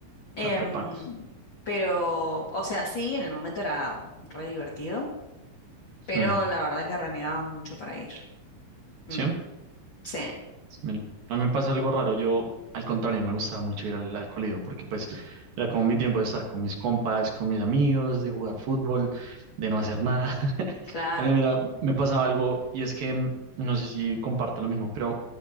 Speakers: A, on the left; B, on the right.
A: Em,
B: la prepa.
A: pero, o sea, sí, en el momento era re divertido, pero
B: Mm,
A: la verdad que renegaba mucho para ir. Mm,
B: ¿sí?
A: sí,
B: Me- a mí me pasa algo raro. Yo, al contrario, me gustaba mucho ir al, al colegio porque pues era como mi tiempo de estar con mis compas, con mis amigos, de jugar fútbol, de no hacer nada. <laughs>
A: claro.
B: A mí, mira, me pasaba algo y es que mm, no sé si comparte lo mismo, pero